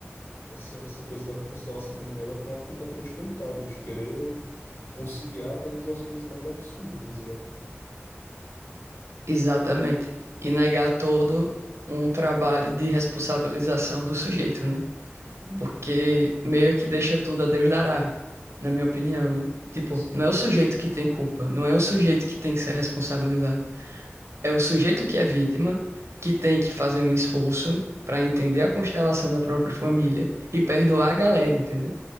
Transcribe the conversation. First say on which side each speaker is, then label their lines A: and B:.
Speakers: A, on the left (about 60°); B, on the right (about 75°).
A: essa, essa coisa da constelação familiar vai para um lado completamente contrário, de querer conciliar até mesmo as coisas mais absurdas, né?
B: exatamente. E negar todo um trabalho de responsabilização do sujeito, né?
A: Uhum.
B: porque meio que deixa tudo a Deus dará, na minha opinião, né? Tipo,
A: Sim,
B: não é o sujeito que tem culpa, não é o sujeito que tem que ser responsabilizado. É o sujeito que é vítima, que tem que fazer um esforço pra entender a constelação da própria família e perdoar a galera, entendeu?